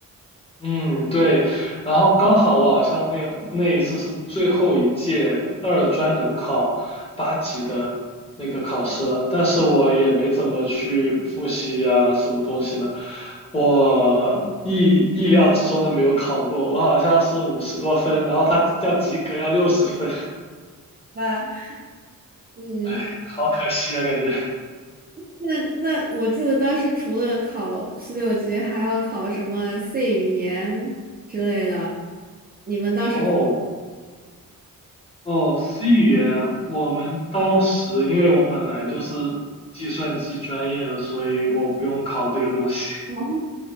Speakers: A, on the left (about 15°); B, on the right (about 25°).
A: 嗯，对。然后刚好我好像那那一次是最后一届二专能考八级的那个考试了，但是我也没怎么去复习啊，什么东西的。我意意料之中的没有考过，我好像是五十多分，然后他要及格要六十分，
B: 吧？
A: <laughs>
B: 嗯，
A: 哎，好可惜啊，感觉。
B: 那那我记得当时除了考四六级，还要考什么 C 语言之类的，你们当时考
A: 哦。哦，C 语言，我们当时因为我本来就是计算机专业的，所以我不用考这个东西。
B: 吗？